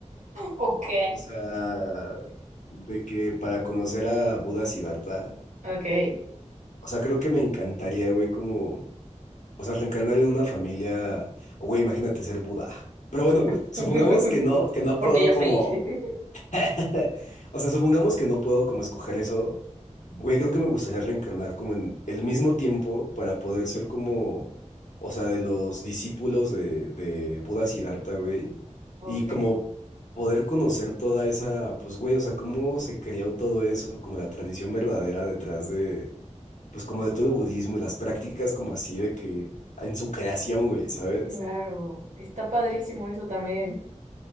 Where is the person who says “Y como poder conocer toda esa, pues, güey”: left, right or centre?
Left